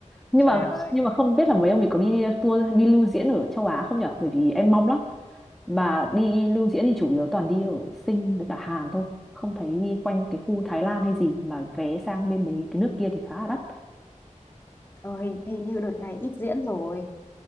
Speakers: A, in the centre; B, on the left.
A: nhưng
B: Trời
A: mà
B: ơi.
A: nhưng mà không biết là mấy ông mình có đi tour đi lưu diễn ở châu Á không nhở bởi vì em mong lắm mà đi lưu diễn thì chủ yếu toàn đi ở Sing với cả Hàn thôi không thấy đi quanh cái khu Thái Lan hay gì mà vé sang bên mấy cái nước kia thì khá là đắt
B: ờ, hình hình như đợt này ít diễn rồi